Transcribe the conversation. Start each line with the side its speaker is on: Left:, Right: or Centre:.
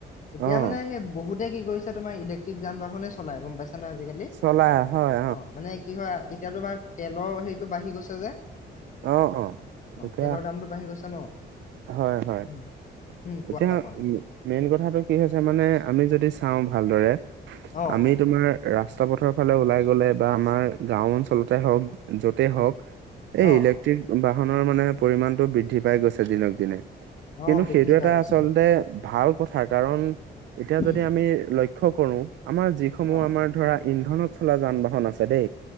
Left: এতিয়া
Right: অ',
Left: মানে সেই বহুতে কি কৰিছে, তোমাৰ ইলেক্ট্ৰিক যান-বাহনেই চলাই, গম পাইছা। মানে আজিকালি, অ',
Right: চলাই হয়
Left: মানে কি হয়? এতিয়া তোমাৰ তেলৰ হেৰি টো বাঢ়ি গৈছে যে।
Right: অ', অ', এতিয়া
Left: তেলৰ দামটো বাঢ়ি গৈছে ন'।
Right: হয়, হয়,
Left: উম উম কোৱা
Right: এতিয়া
Left: কোৱা
Right: মেইন কথাটো কি হৈছে মানে, আমি যদি চাওঁ ভালদৰে
Left: অ
Right: আমি তোমাৰ ৰাস্তা পথৰ ফালে ওলাই গ'লে বা আমাৰ গাঁও অঞ্চলতে হওক য'তে হওক এই
Left: অ
Right: ইলেক্ট্ৰিক বাহনৰ মানে পৰিমাণটো বৃদ্ধি পাই গৈছে দিনক দিনে। কিন্তু
Left: অ বৃদ্ধি
Right: সেইটো
Left: পাই
Right: এটা
Left: গৈছে
Right: আচলতে ভাল কথা, কাৰণ এতিয়া
Left: উম
Right: যদি আমি লক্ষ্য কৰো আমাৰ যিসমূহ
Left: অ
Right: আমাৰ ধৰা ইন্ধনত চলা যান বাহন আছে দেই